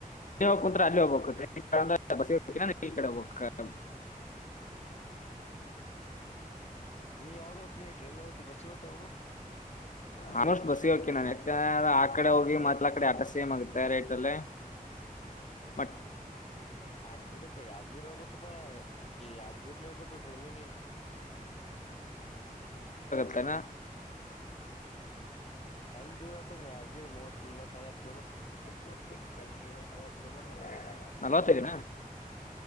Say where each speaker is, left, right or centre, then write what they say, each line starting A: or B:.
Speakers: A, on the left (about 60°); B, on the left (about 45°).
A: ಹ ಕುಂತ ಅಲ್ಲಿ ಹೋಗ್ಬೇಕು ಟ್ರೈನ್ ಕ್ರ ಬಸ್ಿಗೆ ಹ ಈ ಕಡೆ ಹೋಗಬೇಕ
B: ನೀ ಯಾವ್ದ್ ಹೋಗ್ತಿ ನೀ ಟ್ರೈನಿಗೆ ಹೋಗ್ತಿ ಬಸ್ಸಿಗೆ ಹೋಗ್ತಿ ಯಾವಾಗ
A: ಆಲ್ಮೋಸ್ಟ್ ಬಸ್ ಕೆ ನಾನ ಆ ಕಡೆ ಹೋಗಿ ಮತ್ತಲ ಆ ಕಡೆ ಆಟ ಸೇಮ್ ಆಗುತ್ತೆ ರೇಟ್ಲ್ಲಿ ಮಟ್
B: ಹ ಇದಕ್ಕ ಯಾದ್ಗಿರಿ ಹೋಗ್ಬೇಕುಪ್ಪಾ ಯಾದ್ಗಿರ್ಲಿ ಹೋಗ್ಬೇಕು ಟ್ರಿ ನೀಗೆ
A: ಅತ್ತನ
B: ಅಲ್ಲಿೂರ ಅ ಮೂವತ್ಲ
A: <unintelligible> ನಲ್ವತ್ತೈದಿನ